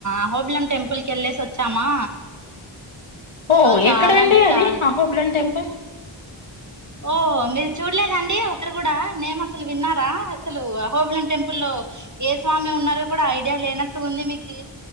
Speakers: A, on the right; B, on the left.
A: అహోబిలం టెంపుల్కి ఎల్లేసి వచ్చామా.
B: ఓ
A: సో చాలా
B: ఎక్కడండి
A: అంటే
B: అది
A: చాలా
B: అహోబిలం టెంపుల్?
A: ఓ మీరు చూడలేదండి! <unintelligible> కూడా నేమ్ అసలు విన్నారా! అసలు అహోబిలం టెంపుల్ లో ఏ స్వామి ఉన్నారో కూడా ఐడియా లే. లేనట్టు ఉంది మీకీ.